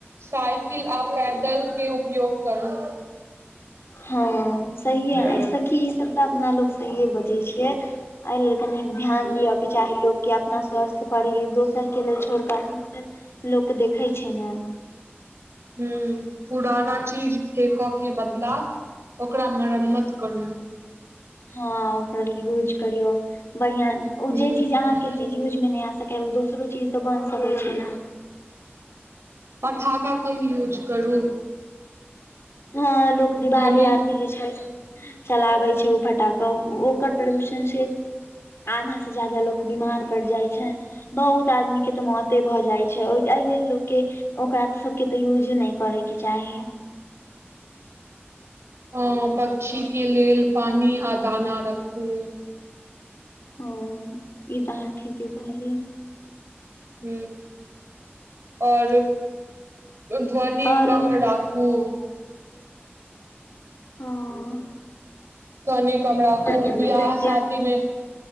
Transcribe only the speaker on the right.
साइकिल आ पैदल के उपयोग करू
हूं
हूँ पुराना चीज फेकऽ के बदला ओकरा मरम्मत करू
हूं
पठखा कम यूज करू।
ध्वनि
ह पक्षी के लेल पानी आ दाना राखू।
ह आओर। ध्वन
कम राखू।
धनी कमराा खू
बियाह
शादी मे।